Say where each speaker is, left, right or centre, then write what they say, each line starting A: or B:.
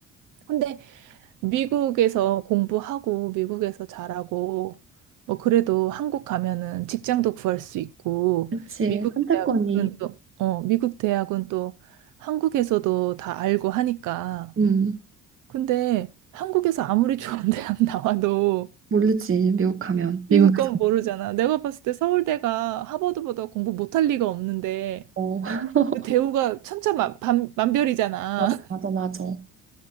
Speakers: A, on the right; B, on the right.
A: 근데 미국에서 공부하고 미국에서 잘하고 뭐 그래도 한국 가면은 직장도 구할 수 있고
B: 그치.
A: 미국
B: 선택권이,
A: 대학은 또 어, 미국 대학은 또 한국에서도 다 알고 하니까
B: 음,
A: 근데 한국에서 아무리 좋은 <laughs> 대학 나와도
B: 모르지 미국 가면
A: 미국
B: 미국 가면.
A: 건 모르잖아. 내가 봤을 때 서울대가 하버드보다 공부 못할 리가 없는데
B: 어, <laughs>
A: 그 대우가 천차만별이잖아.
B: 맞아, 맞아, 맞아.